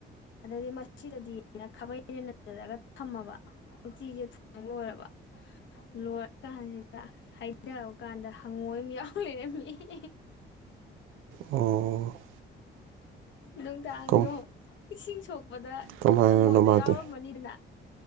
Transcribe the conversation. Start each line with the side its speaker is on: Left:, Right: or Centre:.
Left: ꯑꯗꯩꯗꯤ ꯃꯁꯤꯗꯗꯤꯩꯅ ꯈꯥꯕꯩꯩꯅ ꯅꯖꯔꯛꯒ ꯊꯝꯃꯕ ꯎꯆꯤꯁꯦ ꯊꯣꯡ ꯂꯣꯏꯔꯕ ꯂꯣꯏꯔ ꯀꯥꯟꯁꯤꯗ ꯍꯩꯊꯕ ꯀꯥꯟꯗ ꯍꯪꯉꯣꯏ ꯑꯃ ꯌꯥꯎ ꯂꯩꯔꯝꯃꯤ ꯍ
Right: ꯑꯣ
Left: ꯅꯨꯡꯗꯥꯡꯗꯣ
Right: ꯀꯝ
Left: ꯏꯁꯤꯡ ꯁꯣꯛꯄꯗ ꯑꯩꯪꯉꯣꯟꯗ
Right: ꯀꯃꯥꯏꯅꯅꯣ ꯃꯥꯗꯤ
Left: ꯌꯥꯎꯔꯃꯅꯤꯗꯅ